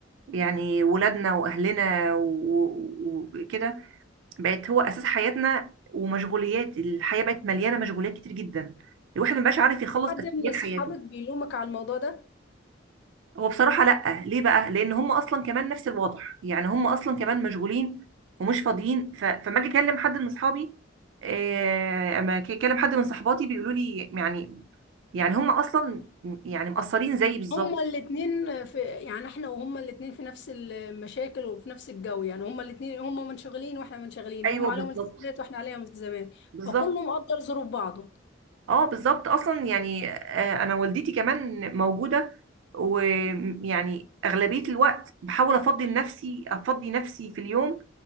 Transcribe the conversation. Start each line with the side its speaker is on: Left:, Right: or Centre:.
Right: يعني ولادنا واهلنا و- و- وكده بقت هو اساس حياتنا ومشغوليات الحياه بقت مليانه مشغوليات كتير جدا الواحد مبقاش عارف يخلص
Left: في حد
Right: اساسيات
Left: من اصحابك
Right: حياته
Left: بيلومك على الموضوع ده
Right: هو بصراحه لا ليه بقى لان هم اصلا كمان نفس الوضع يعني هم اصلا كمان مشغولين ومش فاضيين ف... فما اجي اكلم حد من اصحابي آه، اما أجي اكلم حد من صحباتي بيقولوا لي يعني يعني هم اصلا يعني مقصرين زيي بالظبط
Left: هما الاتنين في يعني احنا وهما الاتنين في نفس المشاكل وفي نفس الجو يعني هما الاتنين هما منشغلين واحنا منشغلين
Right: ايوه
Left: هما
Right: بالظبط
Left: عليهم التزامات واحنا عليهم التزامات
Right: بالظبط
Left: فكله مقدر ظروف بعضه
Right: اه بالظبط اصلا يعني آه، انا والدتي كمان موجوده ويعني اغلبيه الوقت بحاول افضي نفسي افضي نفسي في اليوم